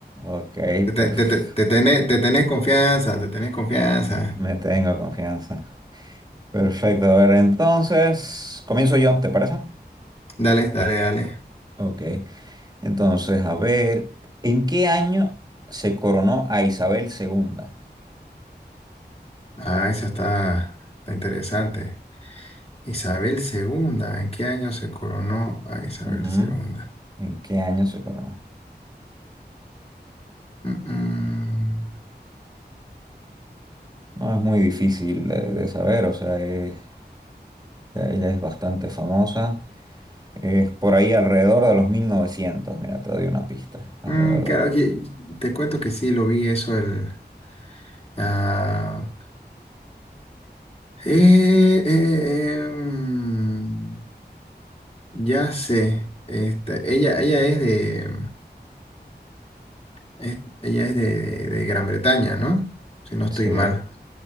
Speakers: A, on the right; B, on the left.
A: Ok,
B: Te, te,
A: perfecto.
B: te, te- te tenés, te tenés confianza, te tenés confianza.
A: Me tengo confianza. Perfecto, a ver, entonces comienzo yo, ¿te parece?
B: Dale, dale, dale.
A: Ok. Entonces, a ver, ¿en qué año se coronó a Isabel II?
B: Ah, esa está, está interesante. Isabel II. ¿En qué año se coronó a Isabel
A: Ujú.
B: II?
A: ¿En qué año se coronó?
B: Mm, mm.
A: No es muy difícil de, de saber, o sea, es- ya ella es bastante famosa. Es por ahí alrededor de los 1900. mira, te doy una pista. Alrededor
B: Mm, claro,
A: de los-
B: aquí te cuento que sí, lo vi eso el... ah, eh, eh, eh, mm. Ya sé, esta, ella, ella es de, es- ella es de, de- de Gran Bretaña, ¿no? Si no estoy
A: Sí,
B: mal.